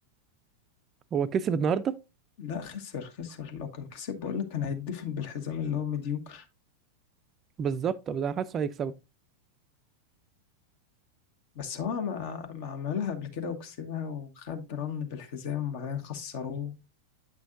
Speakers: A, on the right; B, on the left.
A: هو كسب النهارده
B: لا خسر خسر لو كان كسب بقولك كان هيتدفن بالحزام اللي هو مديوكر
A: بالظبط ده انا حاسه هيكسبه
B: بس هو ما ما عملها قبل كده وكسبها وخد رن بالحزام وبعدين خسروه